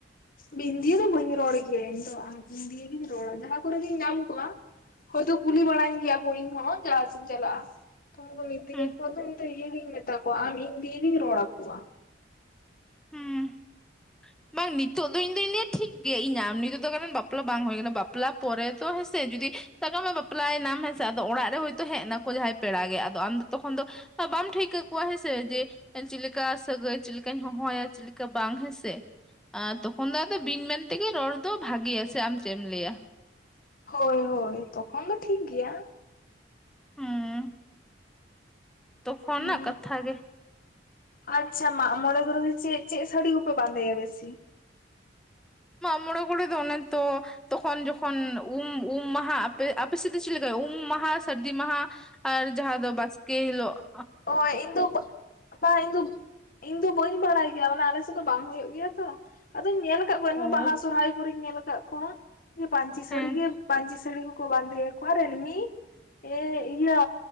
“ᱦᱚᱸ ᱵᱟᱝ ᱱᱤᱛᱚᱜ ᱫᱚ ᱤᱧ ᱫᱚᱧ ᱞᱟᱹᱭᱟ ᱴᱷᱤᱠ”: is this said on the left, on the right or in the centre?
Centre